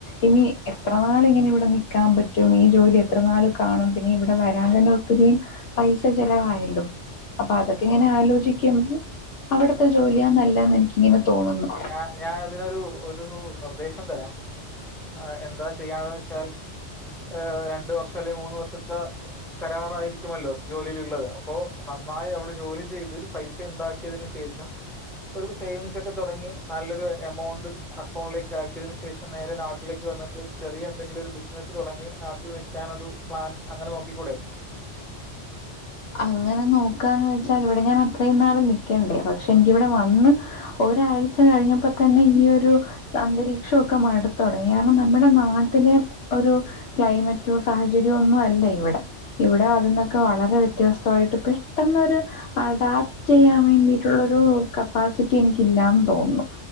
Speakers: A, on the left; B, in the centre.
A: ഇനി എത്രനാളിങ്ങനെ ഇവിടെ നിക്കാപറ്റും. ഈ ജോലി എത്ര നാള് കാണും. പിന്നെ ഇവിടെ വരാൻ തന്നെ ഒത്തിരി പൈസ ചെലവായല്ലോ അപ്പൊ അതൊക്കെ ഇങ്ങനെ
B: ഓ.
A: ആലോചിക്കു അവിടുത്തെ ജോലിയാ നല്ലെന്ന് എനിക്കിങ്ങനെ തോന്നുന്നു
B: ഞ ഞാൻ അതിനൊരു ഒരു നിർദ്ദേശം തരാം ആ എന്താ ചെയ്യാന്ന് വെച്ചാൽ ഏഹ് രണ്ടുവർഷം അല്ലെ മൂന്നു വർഷത്തെ കരാറായിരിക്കുമല്ലോ ജോലിയിലുള്ളത് അപ്പോ നന്നായി അവിടെ ജോലി ചെയ്ത് പൈസയുണ്ടാക്കി ക്കിയതിന് ശേഷം ഒരു സേവിങ്സൊക്കെ തൊടങ്ങി നല്ലൊരു എമൗണ്ട് അക്കൗണ്ടിലേക്ക് ആക്കിയതിന് ശേഷം നേരെ നാട്ടിലേക്ക് വന്നിട്ട് ചെറിയ എന്തെങ്കിലും ഒരു ബിസ് നസ് തൊടങ്ങി നാട്ടിൽ നിൽക്കാനൊരു പ്ലാൻ അങ്ങനെ നോക്കിക്കൂടെ
A: അങ്ങനെ നോക്കാന്ന് വെച്ചാലിവിടെ ഞാൻ അത്രയും നാള് നിക്കണ്ടേ പക്ഷെ എനിക്കിവിടെ വന്ന് ഒരാഴ്ച കഴിഞ്ഞപ്പോതന്നെ ഈ ഒരു അന്തരീക്ഷക്കെ മടുത്തൊടങ്ങി കാരണം നമ്മടെ നാട്ടിലെ ഒരു ക്ലൈമറ്റോ സാഹചര്യോ ഒന്നും അല്ല ഇവിടെ ഇവിടെ അതിന്നൊക്കെ വളരെ വ്യ വ്യത്യസ്തമായിട്ട് പെട്ടെന്നൊരു അഡാപ്റ്റ്യ്യാൻ വേണ്ടിയിട്ടുള്ളൊരു കപ്പാസിറ്റി എനിക്കില്ലാന്ന് തോന്നുന്നു